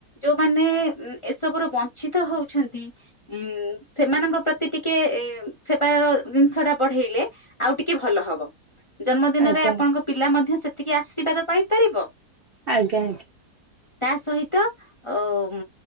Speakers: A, on the left; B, on the right.
A: ଯୋଉମାନେ ଏସବୁରୁ ବନ୍ ଞ୍ଛିତ ହଉଛନ୍ତି ଉଁ ସେମାନଙ୍କ ପ୍ରତି ଟିକେ ସେବାର ଜିନିଷ ଟା ବଢ଼େଇଲେ ଆଉ ଟିକେ ଭଲ ହବ। ଜନ୍ମଦିନରେ
B: ଆଜ୍ଞା
A: ଆପଣଙ୍କ ପିଲା ମଧ୍ୟ ସେତିକି ଅଶ୍ରିବାଦ ପାଇପାରିବ।
B: ଆଜ୍ଞା ଆଜ୍ଞା
A: ତା ସହିତ ଅମ୍